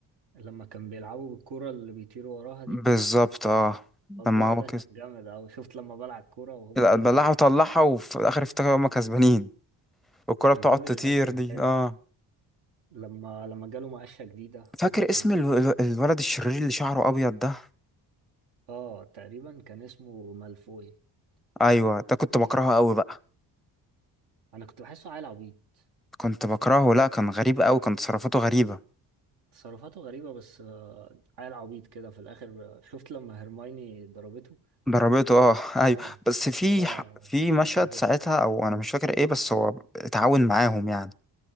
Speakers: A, on the right; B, in the centre.
A: لما كان بيلعبوا بالكرة اللي بيطيروا وراها
B: بالظبط
A: دي
B: اه
A: الجزء
B: لما هو
A: ده
B: كده
A: كان جامد أوي شفت لما بلع الكرة وهما
B: بلعها
A: بي...
B: وطلعها وفي الآخر افتكروا
A: <laughs>
B: هما كسبانين والكرة بتقعد
A: الجزء
B: تطير
A: ده كان
B: دي
A: حلو
B: اه
A: لما لما جاله مقشة جديدة
B: فاكر
A: وكان
B: اسم ال- ال- الولد الشرير اللي شعره أبيض ده
A: اه تقريبا كان اسمه مالفوي
B: أيوة ده كنت بكرهه أوي بقى
A: أنا كنت بحسه عيل عبيط
B: كنت بكرهه لأ كان غريب أوي كان تصرفاته غريبة
A: تصرفاته غريبة بس آه، عيل عبيط كده في الآخر آه، شفت لما هرمايني ضربته
B: ضربته اه <laughs>
A: اه
B: أيوة بس في
A: هو
B: ح- في مشهد
A: شافه وجري
B: ساعتها أو أنا مش فاكر إيه بس هو اتعاون معاهم يعني